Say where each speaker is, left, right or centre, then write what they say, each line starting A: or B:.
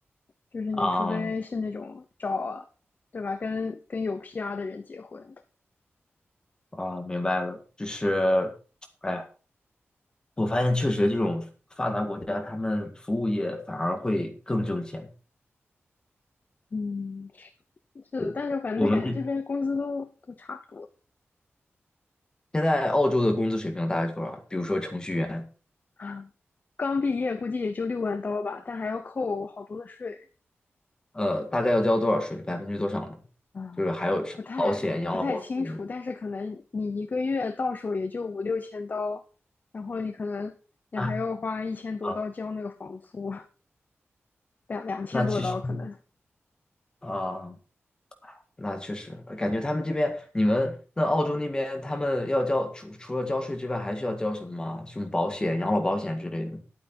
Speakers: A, on the left; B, on the left.
A: 就是你除非是那种找啊，
B: 啊
A: 对吧？跟跟有 PR 的人结婚，
B: 啊，明白了，就是，哎，我发现确实这种发达国家，他们服务业反而会更挣钱。
A: 嗯，是是的。
B: 对，
A: 但是反正感觉这边工资都都差不多，
B: 我们这现在澳洲的工资水平大概是多少？比如说程序员。
A: 啊刚毕业估计也就六万刀吧，但还要扣好多的税，
B: 呃，大概要交多少税，百分之多少呢？
A: 啊，
B: 就是还有什么保险、
A: 不太不太清楚。
B: 养老保险
A: 但是可能你一个月到手也就五六千刀，然后你可能你还要花一千多刀交那个房租，
B: 啊啊，
A: 两两千多刀可能。
B: 那其实啊，那确实感觉他们这边，你们那澳洲那边，他们要交除除了交税之外，还需要交什么吗？什么保险、养老保险之类的？